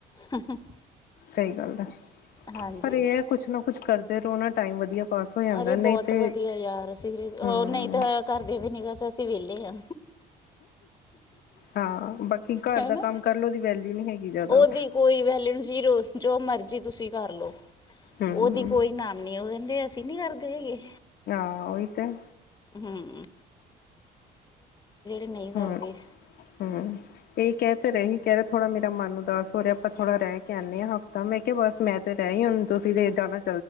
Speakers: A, on the left (about 25°); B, on the left (about 65°).
A: ਹਮ ਹਮ
B: ਸਹੀ ਗੱਲ ਹੈ
A: ਹਾਂਜੀ।
B: ਪਰ ਇਹ ਹੈ ਕੁਛ ਨਾ ਕੁਛ ਕਰਦੇ ਰਹੋ ਨਾ ਟਾਈਮ ਵਧੀਆ ਪਾਸ ਹੋ ਜਾਂਦਾ
A: ਅਰੇ
B: ਨਹੀਂ
A: ਬਹੁਤ
B: ਤੇ
A: ਵਧੀਆ ਯਾਰ ਅਸੀਂ ਉਹ
B: ਹਮ
A: ਨਹੀਂ ਤਾਂ ਘਰ ਦੇ ਨਿਗਾਹ ਚ ਅਸੀਂ ਵਿਹਲੇ ਹਾਂ।
B: ਹਾਂ ਬਾਕੀ ਘਰ
A: ਹਨਾ
B: ਦਾ ਕੰਮ ਕਰਲੋ ਉਦੀ ਵੈਲਿਊ ਨਹੀ ਹੈਗੀ। ਜ਼ਿਆਦਾ
A: ਉਹਦੀ ਕੋਈ ਵੈਲੂ ਜ਼ੀਰੋ ਜੋ ਮਰਜ਼ੀ ਤੁਸੀਂ ਕਰ ਲਓ।
B: ਹਮ
A: ਉਹਦੀ ਕੋਈ ਨਾਮ ਨੀ ਉਹ ਕਹਿੰਦੇ ਅਸੀਂ ਨੀ ਕਰਦੇ ਹੈਗੇ।
B: ਹਾਂ ਉਹੀ ਤੇ।
A: ਹਮ। ਨਹੀਂ ਕਰਦੇ।
B: ਹਮ ਹਮ। ਇਹ ਕਹਿ ਤੇ ਰਹੀ ਕਹਿ ਰਹੇ ਥੋੜਾ ਮੇਰਾ ਮਨ ਉਦਾਸ ਹੋ ਰਿਹਾ ਆਪਾਂ ਥੋੜਾ ਰਹਿ ਕੇ ਆਂਦੇ ਹਾਂ ਹਫ਼ਤਾ ਮੈਂ ਬਸ ਮੈਂ ਤੇ ਰਹਿ ਆਈਂ ਹੁਣ ਤੁਸੀਂ <unintelligible>